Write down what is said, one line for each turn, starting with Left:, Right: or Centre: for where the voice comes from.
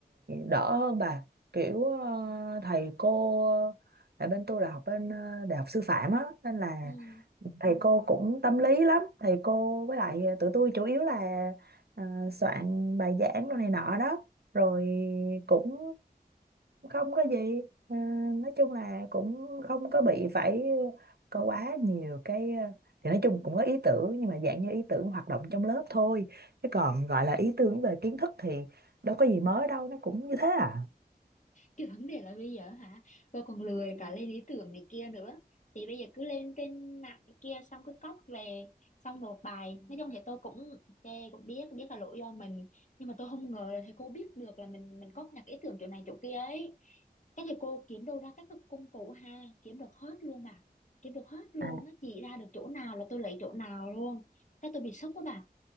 Right: đỡ hơn bà kiểu ờ, thầy cô tại bên tôi là học bên ờ, đại học sư phạm á nên là
Left: ừ.
Right: thầy cô cũng tâm lý lắm thầy cô với lại tụi tôi chủ yếu là ờ, soạn bài giảng đồ này nọ đó rồi cũng không có gì Ờ, nói chung là cũng không có bị phải có quá nhiều cái ờ, thì nói chung cũng có ý tưởng nhưng mà dạng như ý tưởng hoạt động trong lớp thôi Chứ còn gọi là ý tưởng về kiến thức thì đâu có gì mới đâu, nó cũng như thế à.
Left: cái vấn đề là bây giờ hả tôi còn lười cả lên ý tưởng này kia nữa thì bây giờ cứ lên trên mạng này kia xong cứ cóp về xong nộp bài nói chung thì tôi cũng ok cũng biết biết là lỗi do mình nhưng mà tôi không ngờ là thầy cô biết được là mình mình cóp nhặt ý tưởng chỗ này chỗ kia ấy các thầy cô kiếm đâu ra các cái công cụ ha kiếm được hết luôn mà kiếm được hết luôn
Right: à
Left: nó chỉ ra được chỗ nào là tôi lấy chỗ nào luôn cái tôi bị sốc quá bà